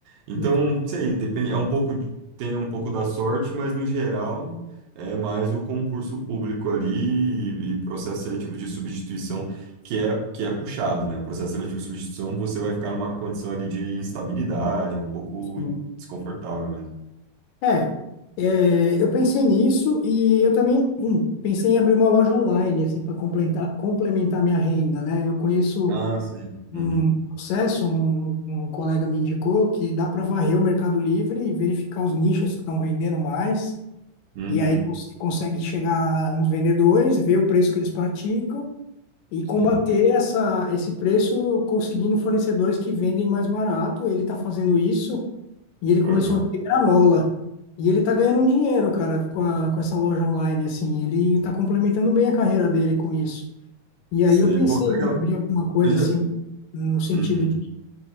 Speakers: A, on the right; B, on the left.
A: Então,
B: entendo,
A: sei, depende, é um pouco, tem um pouco da sorte, mas no geral é mais o concurso público ali e, e processo seletivo de substituição que é, que é puxado, né? O processo seletivo de substituição você vai ficar numa condição ali de instabilidade, é um pouco
B: sim.
A: Desconfortável mesmo.
B: É, é, eu pensei nisso e eu também hum, pensei em abrir uma loja online, assim, para complementar, complementar minha renda, né? Eu conheço
A: Ah, sim. Uhum.
B: um processo, um, um colega me indicou que dá para varrer o Mercado Livre e verificar os nichos que estão vendendo mais.
A: Uhum.
B: E aí você consegue chegar nos vendedores, ver o preço que eles praticam e
A: Sim.
B: combater essa, esse preço conseguindo fornecedores que vendem mais barato. Ele está fazendo isso e ele começou
A: Uhum.
B: a vender granola. E ele está ganhando um dinheiro, cara, com, a, com essa loja online, assim. Ele está complementando bem a carreira dele com isso. E
A: Sim.
B: aí eu pensei
A: Pô, que
B: em
A: legal.
B: abrir alguma coisa
A: Eu já...
B: assim, no sentido
A: Uhum.